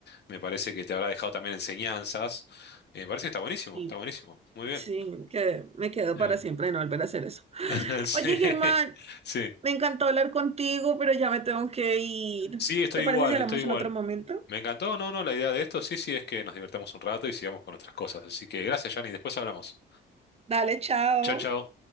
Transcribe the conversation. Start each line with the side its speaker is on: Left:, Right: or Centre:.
Left: Me parece que te habrá dejado también enseñanzas. Eh, me parece que está buenísimo,
Right: Sí,
Left: está buenísimo. Muy bien.
Right: sí, que me quedo
Left: Em,
Right: para siempre de no volver a hacer eso.
Left: <laughs> sí,
Right: Oye, Germán,
Left: sí,
Right: me encantó hablar contigo, pero ya me tengo que ir.
Left: sí, estoy
Right: ¿Te
Left: igual,
Right: parece si hablamos
Left: estoy igual.
Right: en otro momento?
Left: Me encantó, no, no, la idea de esto, sí, sí, es que nos divertamos un rato y sigamos con otras cosas. Así que gracias, Yanni, después hablamos.
Right: Dale, chao.
Left: Chao, chao.